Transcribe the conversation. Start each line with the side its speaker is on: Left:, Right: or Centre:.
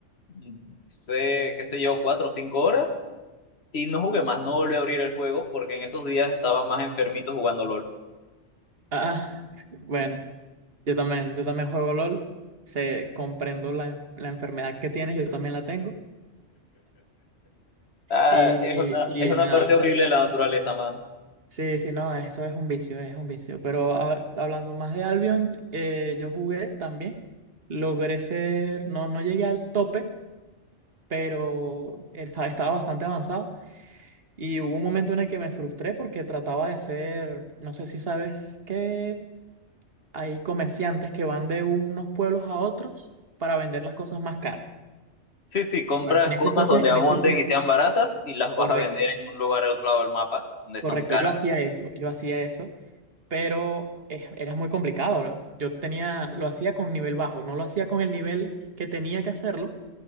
Left: mm, sé, qué sé yo, 4 o 5 horas. Y no jugué más, no volví a abrir el juego porque en esos días estaba más enfermito jugando LOL.
Right: Ah, <laughs> bueno, yo también, yo también juego LOL, sé, comprendo la, en- la enfermedad que tienes, yo también la tengo,
Left: Ah,
Right: y,
Left: es una, es una
Right: y nada.
Left: parte horrible de la naturaleza, mano.
Right: Sí, sí, no, eso es un vicio, es un vicio. Pero ah, hablando más de Albion, eh, yo jugué también. Logré ser, no, no llegué al tope, pero esta- estaba bastante avanzado. Y hubo un momento en el que me frustré porque trataba de hacer, no sé si sabes que hay comerciantes que van de unos pueblos a otros para vender las cosas más caras.
Left: Sí, sí, compras
Right: Bueno, en ese
Left: cosas
Right: entonces,
Left: donde
Right: en
Left: abunden
Right: ese entonces,
Left: y sean baratas y las vas
Right: correcto,
Left: a vender en un lugar al otro lado del mapa, donde
Right: correcto.
Left: son caras.
Right: Yo hacía eso, yo hacía eso. pero eh, era muy complicado. Yo tenía, lo hacía con nivel bajo, no lo hacía con el nivel que tenía que hacerlo